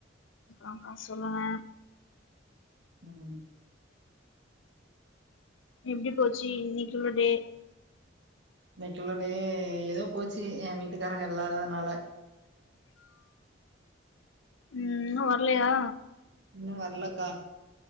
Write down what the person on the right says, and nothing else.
ம்
இன்னைக்கில்லோடே ஏதோ போச்சு எ வீட்டுக்காரங்க இல்லாததுனால
இன்னு வர்லக்கா